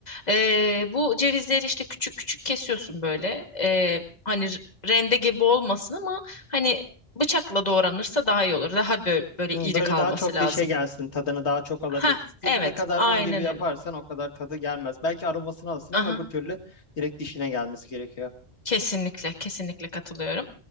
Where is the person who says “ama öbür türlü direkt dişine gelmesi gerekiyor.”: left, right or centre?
Left